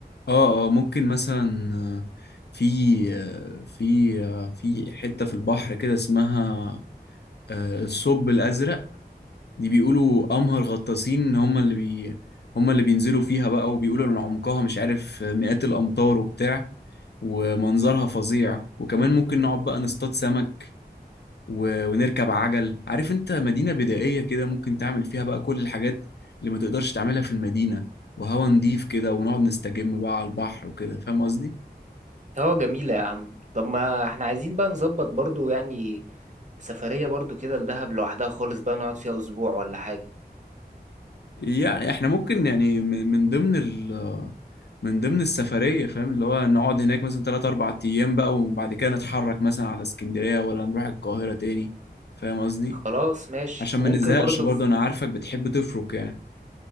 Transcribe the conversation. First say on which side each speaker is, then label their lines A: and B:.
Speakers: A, on the left; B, on the right.
A: اه اه ممكن مثلا آه، في آه، في آه، في حتة في البحر كده اسمها آه، الثقب الأزرق دي بيقولوا أمهر غطاسين هم اللي بي هم اللي بينزلوا فيها بقى وبيقولوا إن عمقها مش عارف مئات الأمتار وبتاع ومنظرها فظيع وكمان ممكن نقعد بقى نصطاد سمك و... ونركب عجل عارف انت مدينة بدائية كده ممكن تعمل فيها بقى كل الحاجات اللي ما تقدرش تعملها في المدينة وهوا نضيف كده ونقعد نستجم بقى على البحر وكده فاهم قصدي
B: اه جميلة يا عم طب ما احنا عايزين بقى نظبط برضو يعني سفرية برضو كده لدهب لوحدها خالص بقى نقعد فيها اسبوع ولا حاجة
A: يعني احنا ممكن يعني من من ضمن ال... من ضمن السفرية فاهم اللي هو نقعد هناك مثلا تلات أربع أيام بقى وبعد كده نتحرك مثلا على اسكندرية ولا نروح القاهرة تاني فاهم قصدي
B: خلاص ماشي
A: عشان
B: وممكن
A: ما نزهقش
B: برضو
A: برضه
B: في
A: أنا عارفك بتحب تفرك يعني